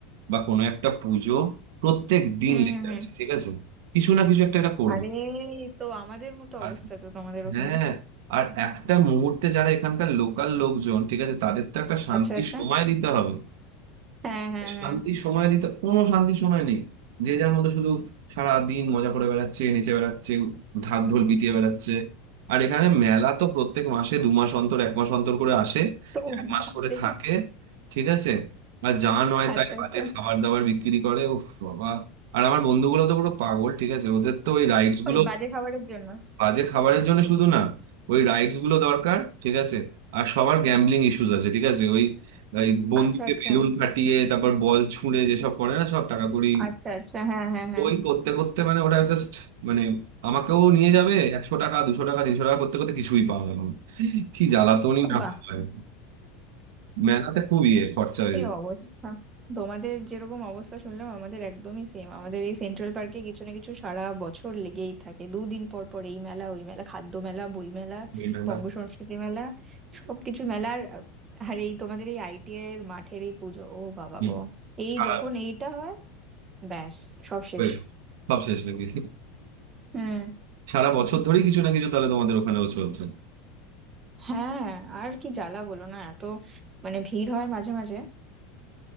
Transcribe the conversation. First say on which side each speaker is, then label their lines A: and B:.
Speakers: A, on the right; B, on the right.
A: বা কোনো একটা পুজো প্রত্যেক দিন
B: হুম
A: লেগে
B: হুম হুম
A: আছে ঠিক আছে কিছু না কিছু একটা এটা করবে
B: আরে এই তো আমাদের মতো
A: আর
B: অবস্থা তো তোমাদের ওখানে
A: হ্যাঁ আর একটা মুহূর্তে যারা এখানকার লোকাল লোকজন ঠিক আছে তাদের তো একটা শান্তির
B: আচ্ছা আচ্ছা
A: সময় দিতে হবে
B: হ্যাঁ হ্যাঁ হ্যাঁ
A: শান্তি সময় দিতে কোনো শান্তি সময় নেই যে যার মধ্যে শুধু সারা দিন মজা করে বেড়াচ্ছে নেচে বেড়াচ্ছে ঢাক ঢোল পিটিয়ে বেড়াচ্ছে আর এখানে মেলা তো প্রত্যেক মাসে দু মাস অন্তর এক মাস অন্তর করে আসে
B: তো <laughs>
A: এক মাস করে থাকে ঠিক আছে আর যা নয়
B: আচ্ছা
A: তাই বাজে
B: আচ্ছা
A: খাবার দাবার বিক্রি করে উফ বাবা আর আমার বন্ধুগুলো তো পুরো পাগল ঠিক আছে ওদের তো ওই রাইডস গুলো
B: ওই বাজে খাবারের জন্য
A: বাজে খাবারের জন্য শুধু না ওই রাইটস গুলো দরকার ঠিক আছে আর সবার গ্যাম্বলিং ইস্যুস আছে ঠিক আছে ওই ওই বন্দুকে
B: আচ্ছা আচ্ছা
A: বেলুন ফাটিয়ে তারপর বল ছুঁড়ে যেসব করে না সব টাকা কড়ি
B: আচ্ছা আচ্ছা হ্যাঁ হ্যাঁ হ্যাঁ
A: ওই করতে করতে মানে ওটা জাস্ট মানে আমাকেও নিয়ে যাবে একশো টাকা দুশো টাকা তিনশো টাকা করতে করতে কিছুই পাওয়া গেল না। কি জ্বালাতনই না
B: বাহ
A: হয় মেলাতে খুব ইয়ে খরচা হয়ে
B: কি
A: যায়
B: অবস্থা তোমাদের যেরকম অবস্থা শুনলাম আমাদের একদমই সেম আমাদের এই সেন্ট্রাল পার্কে কিছু না কিছু সারা বছর লেগেই থাকে দুদিন পর পর এই মেলা ওই মেলা খাদ্য মেলা বই মেলা
A: এই মেলা
B: বঙ্গ সংস্কৃতি মেলা সবকিছু মেলা আর আর এই তোমাদের এই আইটিআই এর মাঠের এই পুজো ও বাবা
A: হুম,
B: গো এই
A: সারা
B: যখন এইটা হয় ব্যাস সব শেষ
A: ওই, সব শেষ নাকি
B: হুম
A: সারা বছর ধরেই কিছু না কিছু তাহলে তোমাদের ওখানেও চলছে
B: হ্যাঁ আর কি জ্বালা বলো না এত মানে ভিড় হয় মাঝে মাঝে